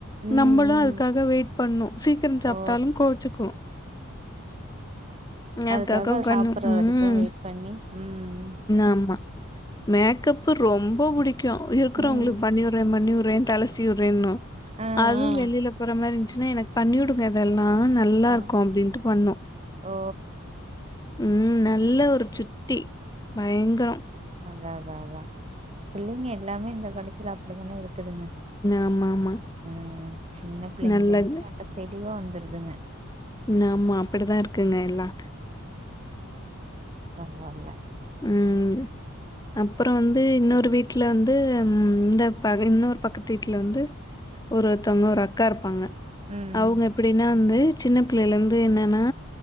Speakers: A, on the right; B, on the left.
A: ம்
B: நம்மளு அதுக்காக வெயிட் பண்ணு சீக்கிர சாப்ட்டாலு
A: ஓ
B: கோவிச்சுக்கு அ
A: அதுக்காக
B: தக்க கண்ணு
A: சாப்புற
B: ம்
A: வரைக்கு வெயிட் பண்ணி ம்
B: ஆமா மேக்கப்பு ரொம்ப புடிக்கு இருக்குறவங்களுக்கு
A: ம்
B: பண்ணி உட்றே பண்ணி உட்றே தல சீவ்ரேணு
A: ஆ
B: அதுவு
A: ஆ
B: வெளியில போற மாரி இருந்ச்சுன்னா எனக்கு பண்ணி வுடுங்க அதெல் நா நல்லா
A: ஆ
B: இருக்கு அப்டின்ட்டு பண்ணோ
A: ஓ
B: ம் நல்ல ஒரு சுட்டி பயங்கறோ
A: அதா அதா அதா பிள்ளைங்க எல்லாமே இந்த காலத்துல அப்டிதானே இருக் தூங்குங்க
B: ஆமாமா.
A: அ சின்ன பிள்ளைங்கள
B: நல்லது.
A: இருந்து நல்ல தெ ளிவா வந்துடுதுங்க
B: ஆமா அப்டித்தா இருக்குங்க எல்லா
A: பரவாயில்ல
B: ம் அப்பறோ வந்து இன்னொரு வீட்ல வந்து ம் இந்த ப இன்னொரு பக்கத்து வீட்ல வந்து ஒருதவங்க ஒரு அக்கா இருப்பாங்க
A: ம்
B: அவுங்க எப்டின்னா வந்து சின்ன பிள்ளையில இருந்து என்னன்னா